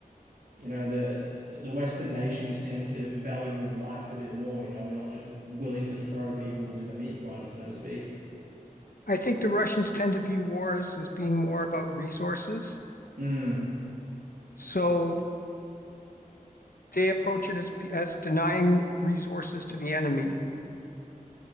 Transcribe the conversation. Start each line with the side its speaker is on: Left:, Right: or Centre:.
Right: You know, the the Western nations tend to value life a bit more, you know, we're not just willing to throw people into the meat grinder, so to speak.
Left: I think the Russians tend to view wars as being more about resources,
Right: Mm,
Left: so they approach it as as denying resources to the enemy.